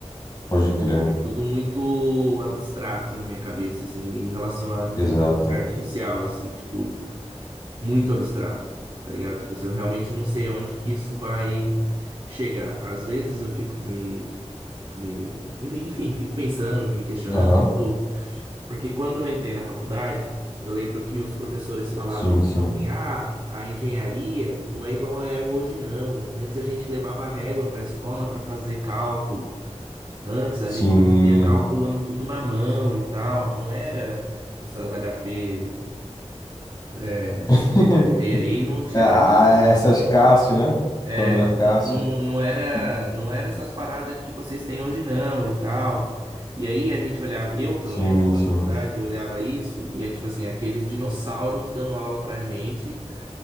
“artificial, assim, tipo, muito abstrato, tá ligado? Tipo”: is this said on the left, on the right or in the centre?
Right